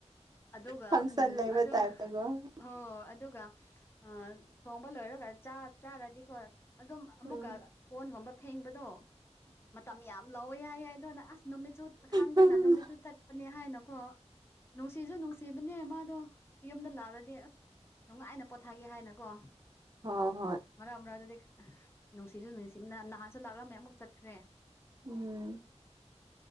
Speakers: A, on the left; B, on the right.
A: ꯑꯗꯨꯒ
B: ꯐꯪꯁꯟ
A: ꯎꯝ
B: ꯂꯩꯕ
A: ꯑꯗꯣ
B: ꯇꯥꯏꯞꯇꯀꯣ
A: ꯍꯣꯏ ꯑꯗꯨꯒ ꯑ ꯊꯣꯡꯕ ꯂꯣꯏꯔꯒ ꯆꯥ ꯆꯥꯔꯗꯤꯀꯣ ꯑꯗꯨꯝ ꯑꯃꯨꯛꯀ
B: ꯎꯝ
A: ꯀꯣꯟꯒꯨꯝꯕ ꯐꯦꯡꯕꯗꯣ ꯃꯇꯝ ꯌꯥꯝ ꯂꯥꯎꯑꯦ ꯍꯥꯏꯌꯦ ꯑꯗꯨꯅ ꯑꯁ ꯅꯨꯃꯤꯠꯁꯨ ꯈꯪꯗꯅ
B: ꯎꯝ
A: ꯅꯨꯃꯤꯠꯇꯨ ꯆꯠꯄꯅꯦ ꯍꯥꯏꯅꯀꯣ ꯅꯨꯡꯁꯤꯖꯨ ꯅꯨꯡꯁꯤꯕꯅꯦ ꯃꯥꯗꯣ ꯌꯨꯝꯗ ꯂꯥꯛꯔꯗꯤ ꯑꯁ ꯅꯨꯡꯉꯥꯏꯅ ꯄꯣꯊꯥꯒꯦ ꯍꯥꯏꯅꯀꯣ
B: ꯍꯣ ꯍꯣꯏ
A: ꯃꯔꯛ ꯃꯔꯛ ꯑꯗꯨꯗꯤ ꯈꯠ ꯅꯨꯡꯁꯤꯁꯨ ꯅꯨꯡꯁꯤꯕꯅ ꯅꯍꯥꯟꯁꯨ ꯂꯥꯛꯔꯝꯃꯦ ꯑꯃꯨꯛ ꯆꯠꯈ꯭ꯔꯦ
B: ꯎꯝ